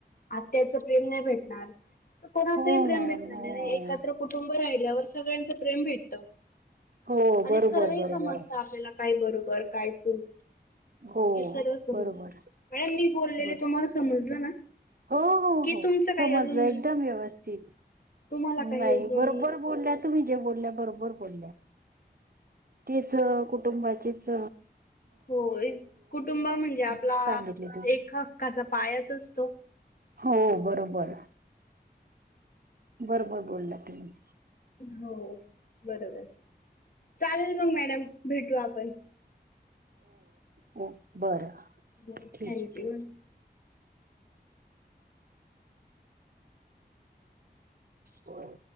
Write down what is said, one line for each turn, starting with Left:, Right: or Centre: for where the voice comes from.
Left: आत्याच प्रेम नाही भेटणार. कोणाचही
Right: हो
Left: प्रेम
Right: मॅडम
Left: भेटणार
Right: हो
Left: नाही, एकत्र कुटुंब राहिल्यावर सगळ्यांच प्रेम भेटत.
Right: हो.
Left: आणि
Right: बरोबर
Left: सर्वही
Right: बरोबर
Left: समजत आपल्याला. काही बरोबर काय चूक.
Right: हो
Left: हे सर्व समजत.
Right: बरोबर
Left: मॅडम मी बोललेले
Right: बर
Left: तुम्हाला समजलं ना?
Right: हो. हो.
Left: की
Right: हो
Left: तुमचं काही
Right: समजलं
Left: अजून
Right: एकदम व्यवस्थित.
Left: तुम्हाला काही
Right: नाही
Left: अजून
Right: बरोबर बोलल्या तुम्ही जे बोलल्या बरोबर बोलल्या. तेच कुटुंबाचेच
Left: हो. एक कुटुंब म्हणजे आपला
Right: सांगितली तुम्ही
Left: एक हक्काचा पायाच असतो.
Right: हो बरोबर. बरोबर बोलला तुम्ही.
Left: हो बरोबर. चालेल मग मॅडम भेटू आपण.
Right: हो बर
Left: हो,
Right: ठीक
Left: थँक्यू.
Right: हे. कोण?